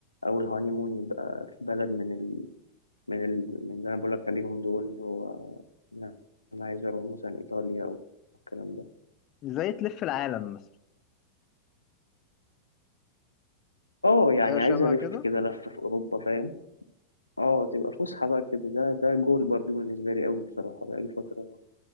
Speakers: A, on the left; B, on the left.
A: او الهانيمون يبقى في بلد من ال... من ال... من اللي انا بقول لك عليهم دول اللي هو انا أنا عايز اروح مثلا ايطاليا او الكلام ده
B: زي تلف العالم مثلا
A: اه يعني
B: حاجه شبه
A: عايز الف
B: كده
A: كده لفه في اوروبا فاهم اه تبقى فسحه بقى كده ده ده جول برضو بالنسبه لي قوي بصراحه بقالي فتره